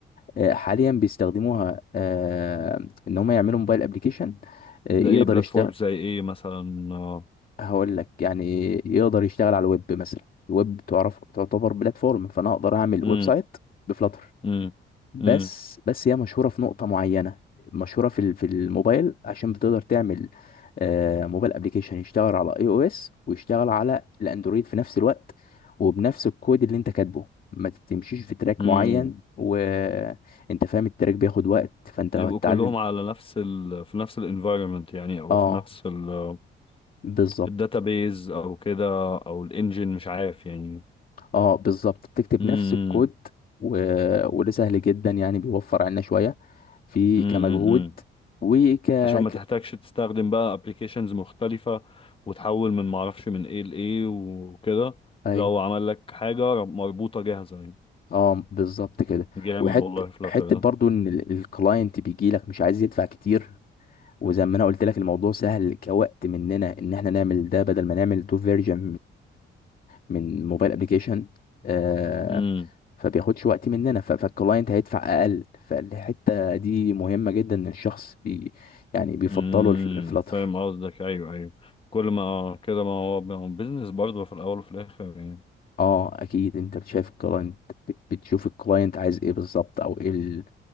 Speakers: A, on the left; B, on the left.
A: آه، حاليا بيستخدموها آه، ان هم يعملوا موبايل ابلكيشن يقدر
B: ده ايه بلاتفورم
A: يشتغل
B: زي ايه مثلا آه،
A: هقول لك يعني يقدر يشتغل على الويب مثلا الويب تعرف تعتبر بلاتفورم فانا اقدر اعمل
B: امم
A: ويب سايت بفلاتر
B: امم
A: بس
B: امم
A: بس هي مشهوره في نقطه معينه مشهوره في ال- في الموبايل عشان بتقدر تعمل آه، موبايل ابلكيشن يشتغل على اي او اس ويشتغل على الاندرويد في نفس الوقت وبنفس الكود اللي انت كاتبه ما تمشيش في تراك
B: امم
A: معين وانت فاهم التراك بياخد وقت فانت
B: يبقوا
A: لو هتتعلم
B: كلهم على نفس ال في نفس الانفايرمنت يعني او
A: اه
B: في نفس ال
A: بالظبط
B: الداتابيز او كده او الانجن مش عارف يعني
A: اه بالظبط بتكتب
B: امم
A: نفس الكود و... وده سهل جدا يعني بيوفر عنا شوية في
B: امم
A: كمجهود وك
B: عشان
A: ك...
B: ما تحتاجش تستخدم بقى ابلكيشنز مختلفة وتحول من معرفش من ايه لايه وكده
A: ايوه
B: لو عمل لك حاجة مربوطة جاهزة يعني
A: اه بالظبط كده
B: جامد
A: وحته
B: والله فلاتر
A: حته
B: ده
A: برضو ان ال- الكلاينت بيجي لك مش عايز يدفع كتير وزي ما انا قلت لك الموضوع سهل كوقت مننا ان احنا نعمل ده بدل ما نعمل تو فيرجن من موبايل ابلكيشن آه
B: امم
A: فبياخدش وقت مننا ف- فالكلاينت هيدفع اقل فالحته دي مهمه جدا ان الشخص بي يعني بيفضله
B: امم
A: الفلاتر
B: فاهم قصدك ايوه ايوه كل ما آه، كده ما هو ما هو بيزنس برضه في الاول وفي الاخر يعني
A: اه اكيد انت بتشايف الكلاينت بت- بتشوف الكلاينت عايز ايه بالظبط او ايه ال-